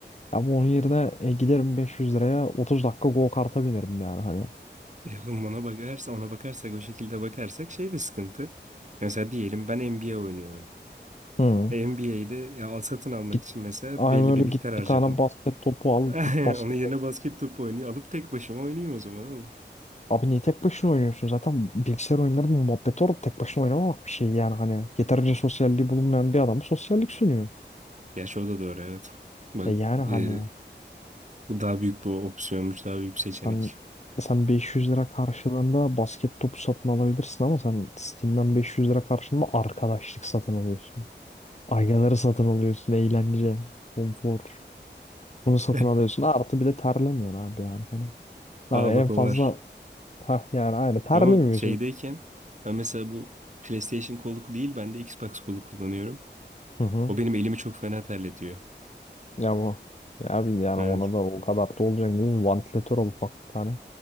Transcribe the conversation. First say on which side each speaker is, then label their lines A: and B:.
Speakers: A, on the left (about 35°); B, on the right (about 40°).
A: Ama onun yerine e, giderim 500 liraya 30 dakika go kart'a binerim yani hani.
B: E oğlum ona bakarsa, ona bakarsak o şekilde bakarsak şey de sıkıntı. Mesela diyelim ben NBA oynuyorum.
A: Hı.
B: NBA'de ya al satın almak
A: Git,
B: için mesela
A: aynı
B: belli
A: öyle
B: bir miktar
A: git
B: harcadım.
A: bir tane basket topu
B: <laughs>
A: al git
B: Onun
A: basket
B: yerine basket topu oynuyor. Alıp tek başıma oynayayım o zaman oğlum.
A: Abi niye tek başına oynuyorsun? Zaten bilgisayar oyunlarının muhabbeti orada tek başına oynamamak bir şey yani hani. Yeterince sosyalliği bulunmayan bir adama sosyallik sunuyor.
B: Gerçi o da doğru evet. Bak
A: E yani hani
B: e, bu daha büyük bir opsiyonmuş, daha büyük bir seçenek.
A: sen sen 500 lira karşılığında basket topu satın alabilirsin ama sen Steam'den 500 lira karşılığında arkadaşlık satın alıyorsun. Aygaları satın alıyorsun, eğlence, konfor. Bunu satın
B: <laughs>
A: alıyorsun. Artı bir de terlemiyorsun abi yani hani. Abi
B: Aa
A: en
B: bak o
A: fazla
B: var.
A: ha yani aynı terlemiyorsun.
B: Ama şeydeyken ben mesela bu PlayStation kolu değil ben de Xbox kolu kullanıyorum.
A: Hı hı.
B: O benim elimi çok fena terletiyor.
A: Ya bu. Ya abi yani
B: Evet.
A: ona da o kadar da olacak değil mi? Vantilatör al ufak bir tane.